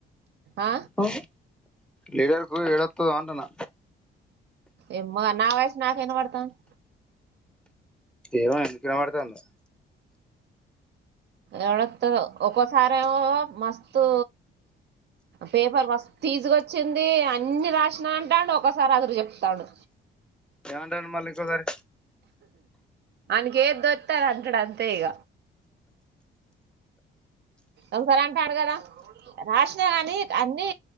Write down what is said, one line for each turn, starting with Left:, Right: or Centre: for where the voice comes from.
Right: ఆ
Centre: ఆడ లీడర్కు ఎడతదో అంటానా
Right: ఏమో నా వాయిస్ నాకే వినపడతంది
Centre: ఏమో ఎందుకిినవడుతాందో
Right: ఎడ త్తడో ఒకసారేమో మస్తు పేపర్ మస్తు ఈజీగొచ్చింది అన్ని రాసిన అంటాడు ఒకసారి అదురు చెప్తాడు
Centre: ఏమంటండు మళ్ళ ఇంకోసారి
Right: ఆనికి ఏదోత్తే అది అంటాడు అంతే ఇగ ఒకసారి అంటాడు కదా రాసినా కనీ అన్ని